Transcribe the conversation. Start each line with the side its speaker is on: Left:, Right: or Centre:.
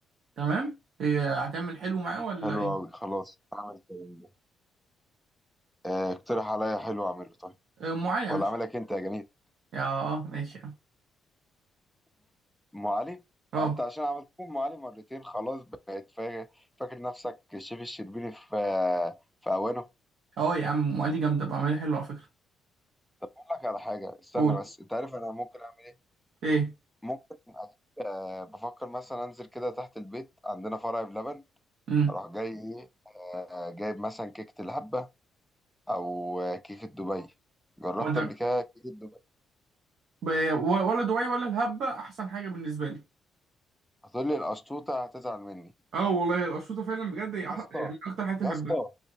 Right: تمام هي هتعمل حلو معاه ولا
Centre: حلو
Right: ايه
Centre: قوي خلاص اعمل كده. آه، اقترح عليا حلو اعمله طيب
Right: آه، ام علي يا
Centre: ولا
Right: باشا
Centre: اعملك انت يا جميل
Right: يا اه ماشي يا عم
Centre: ام علي
Right: اه
Centre: اه انت عشان عملت لي ام علي مرتين خلاص بقيت فا- فاكر نفسك الشيف الشربيني في في اوانه
Right: اه يا عم ام علي جامدة بعملها حلو على فكرة
Centre: اقول لك على حاجه استنى
Right: قول
Centre: بس انت عارف انا ممكن اعمل ايه
Right: ايه
Centre: ممكن آه، بفكر مثلا انزل كده تحت البيت عندنا فرع بلبن
Right: امم
Centre: اروح جاي ايه آه، جايب مثلا كيكه الهبه او آه، كيكه دبي جربت
Right: وانت
Centre: قبل كده كيكه دبي
Right: ب- و- ولا دبي ولا الهبة احسن حاجة بالنسبة لي
Centre: هتقول لي القشطوطه هتزعل مني
Right: اه والله الاسيوطه فعلا بجد هي
Centre: يا
Right: أح-
Centre: اسطى
Right: من اكتر حاجات اللي
Centre: يا اسطى
Right: بحبها